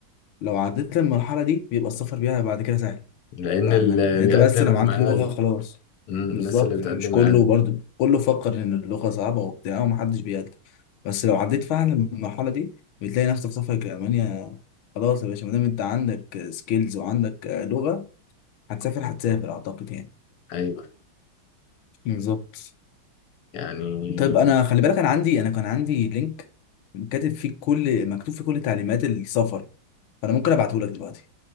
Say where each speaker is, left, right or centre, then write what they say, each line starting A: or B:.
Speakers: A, on the left; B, on the left.
A: لو عديت المرحلة دي بيبقى السفر بيها بعد كده سهل
B: لأن
A: بتاع
B: اللي
A: المانيا يعني
B: بيقدم
A: انت بس لو معاك
B: أقل
A: لغه خلاص
B: مم. الناس
A: بالظبط
B: اللي بتقدم
A: يعني مش كله
B: أقل
A: برضو كله فكر ان اللغه صعبه وبتاع ومحدش بيقدر بس لو عديت فعلا المرحله دي بتلاقي نفسك سافرك المانيا خلاص يا باشا ما دام انت عندك سكيلز وعندك لغه هتسافر هتسافر اعتقد يعني
B: أيوة
A: بالظبط
B: يعني
A: طيب انا خلي بالك انا عندي انا كان عندي لينك كاتب فيه كل مكتوب فيه كل تعليمات السفر فانا ممكن ابعته لك دلوقتي